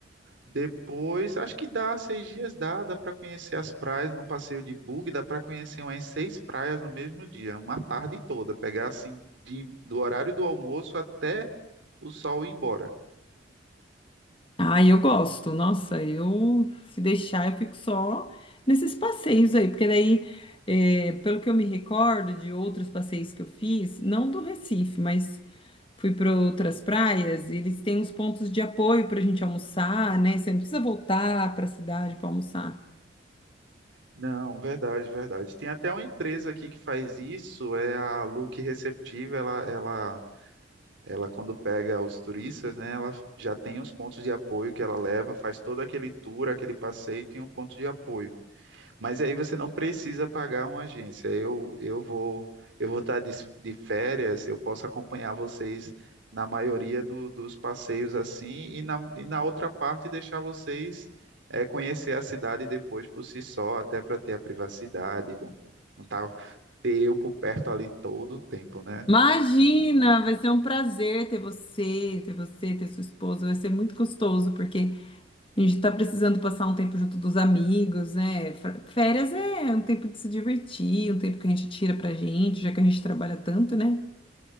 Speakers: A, on the right; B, on the left.
A: Depois, acho que dá seis dias, dá, dá para conhecer as praias num passeio de bug, dá para conhecer umas seis praias no mesmo dia, uma tarde toda, pegar assim de, do horário do almoço até o sol ir embora.
B: ah, eu gosto. Nossa, eu se deixar, eu fico só nesses passeios aí, porque daí, é, pelo que eu me recordo de outros passeios que eu fiz, não do Recife, mas fui para outras praias e eles têm uns pontos de apoio para a gente almoçar, né? Você não precisa voltar para a cidade para almoçar.
A: Não, verdade, verdade. Tem até uma empresa aqui que faz isso, é a Look Receptiva, ela, ela, ela quando pega os turistas, né, ela já tem os pontos de apoio que ela leva, faz todo aquele tour, aquele passeio, e tem um ponto de apoio. Mas aí você não precisa pagar uma agência. Eu, eu vou, eu vou estar de, de férias, eu posso acompanhar vocês na maioria do- dos passeios assim, e na, e na outra parte deixar vocês eh, conhecer a cidade depois por si só, até para ter a privacidade. Bom, não tá ter eu por perto ali todo o tempo, né?
B: Imagina, vai ser um prazer ter você, ter você, ter sua esposa. Vai ser muito gostoso porque a gente está precisando passar um tempo junto dos amigos, né? Fra- Férias é um tempo de se divertir, um tempo que a gente tira pra gente, já que a gente trabalha tanto, né?